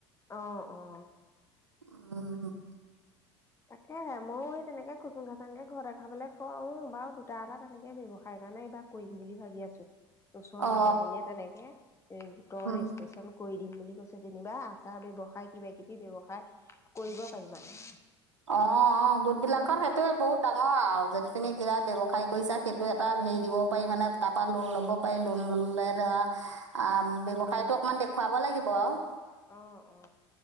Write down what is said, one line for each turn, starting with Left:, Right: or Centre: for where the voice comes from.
Left: অ, অ।
Right: উম, উম।
Left: তাকেহে, ময়ো হেৰি তেনেকে খুটুং-খাটাংকে ঘৰতে খাবলৈ কওঁ, বাৰু দুটা-এটা তেনেকে ব্যৱসায় কাৰণে এইবাৰ কৰিম বুলি ভাবি আছো, ওচৰৰ
Right: অ
Left: মানুহ এজনীয়ে তেনেকে এ গোটৰ
Right: উম
Left: ৰেষ্ট্ৰেচন কৰি দিম বুলি কৈছে যেনিবা, আচাৰ ব্যৱসায় কিবা-কিবি ব্যৱসায় কৰিব পাৰি মানে।
Right: অ', অ', গোট বিলাকৰ সেইটোয়ে বহুত ডাঙৰ আৰু, যদি তুমি কিবা ব্যৱসায় কৰিছা, সেই টো এটা হেৰি দিব পাৰি, মানে তাৰপৰা লোন ল'ব পাৰি, লোন ল'লে ধৰা আম, ব্যৱসায়টো অকমান দেখুৱাব লাগিব আৰু।
Left: অ, অ।